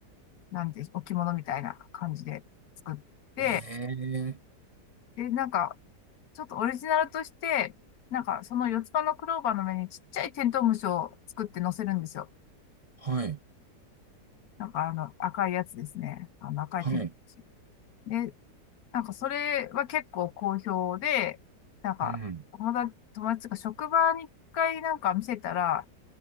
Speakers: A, on the left; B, on the right.
A: う、なんで、置物みたいな感じで作って、
B: へえ、
A: で、なんか、ちょっとオリジナルとして、なんか、その四つ葉のクローバーの上にちっちゃいテントウムシを作って乗せるんですよ。
B: はい、
A: なんか、あの、赤いやつですね。あの、赤いテントウムシ。
B: はい。
A: で、なんか、それは結構好評で、なんか、
B: うん、
A: 友達、友達が職場に一回なんか見せたら、